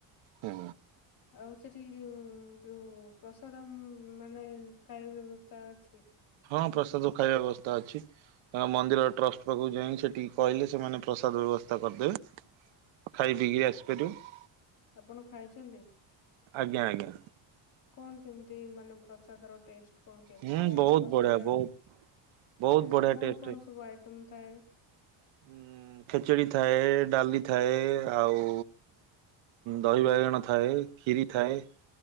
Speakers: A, on the right; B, on the left.
A: ହୁଁ
B: ଆଉ ସେଠି ଉ ଯୋଉ ପ୍ରସାଦ ମାନେ ଖାଇବା ବ୍ୟବସ୍ଥା ଅଛି?
A: ହଁ, ପ୍ରସାଦ ଖାଇବା ବ୍ୟବସ୍ଥା ଅଛି। ତାଙ୍କ ମନ୍ଦିର ଟ୍ରଷ୍ଟ ପାଖକୁ ଯାଇ ସେଠିକି କହିଲେ, ସେମାନେ ପ୍ରସାଦ ବ୍ୟବସ୍ଥା କରିଦେବେ। ଖାଇ ପିିକି ଆସିପାରିବ,
B: ଆପଣ ଖାଇଛନ୍ତି?
A: ଆଜ୍ଞା ଆଜ୍ଞା।
B: କଣ କେମିତି ମାନେ ପ୍ରସାଦର ଟେଷ୍ଟ? କଣ କେମିତି
A: ହୁଁ
B: ଥାଏ?
A: ବହୁତ
B: ଆ ପ୍ରସାଦ
A: ବଢିଆ ବହୁତ ବହୁତ
B: ଆଛା,
A: ବଢିଆ
B: କଣ
A: ଟେଷ୍ଟ
B: କଣ ସବୁ ଆଇଟମ ଥାଏ?
A: ଉ ଖେଚେଡି ଥାଏ, ଡାଲି ଥାଏ, ଆଉ ଦହି ବାଇଗଣ ଥାଏ, କ୍ଷିରି ଥାଏ,